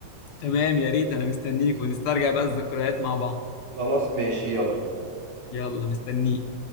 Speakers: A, on the left; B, on the right.
A: تمام يا ريت انا مستنيك ونسترجع بقى الذكريات مع بعض
B: خلاص ماشي يلا
A: يلا مستنيك